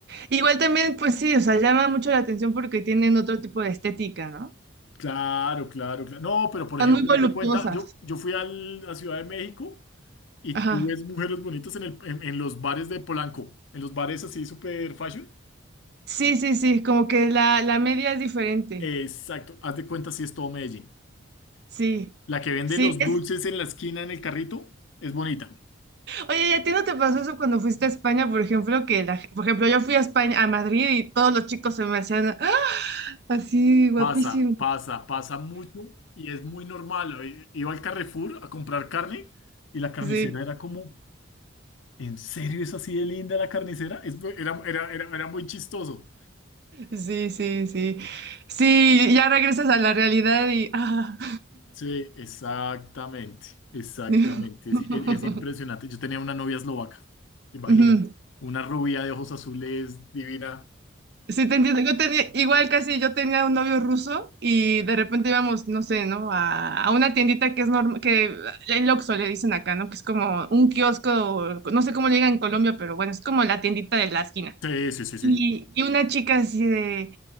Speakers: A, on the right; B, on the left.
A: Igual también, pues sí, o sea, llama mucho la atención porque tienen otro tipo de estética, ¿no?
B: Claro, claro, claro. No, pero por
A: Están
B: ejemplo,
A: muy voluptuosas.
B: haz de cuenta, yo, yo fui al- a Ciudad de México y
A: Ajá.
B: tú ves mujeres bonitas en, el- en, en los bares de Polanco, en los bares así super fashion.
A: Sí, sí, sí, como que la, la media es diferente.
B: Exacto, haz de cuenta si es todo Medellín.
A: Sí.
B: La que vende
A: Sí,
B: los
A: es...
B: dulces en la esquina en el carrito es bonita.
A: Oye, ¿y a ti no te pasó eso cuando fuiste a España, por ejemplo, que la... por ejemplo, yo fui a España, a Madrid y todos los chicos se me hacían ¡ah! así guapísimos.
B: Pasa, pasa, pasa mucho y es muy normal. I- Iba al Carrefour a comprar carne y la carnicera
A: Sí,
B: era como, ¿en serio es así de linda la carnicera? Es- era, era, era, era muy chistoso.
A: sí, sí, sí. Sí, ya regresas a la realidad y ah.
B: Sí, exactamente, exactamente.
A: <laughs>
B: Es, es- es impresionante. Yo tenía una novia eslovaca, imagínate.
A: Ujú.
B: Una rubia de ojos azules, divina.
A: Sí, te entiendo. Yo tenía, igual casi yo tenía un novio ruso y de repente íbamos, no sé, ¿no? A, a una tiendita que es normal, que el Oxxo le dicen acá, ¿no? Que es como un kiosco, no sé cómo le digan en Colombia, pero bueno, es como la tiendita de la esquina.
B: Sí, sí, sí, sí.
A: Y, y una chica así de,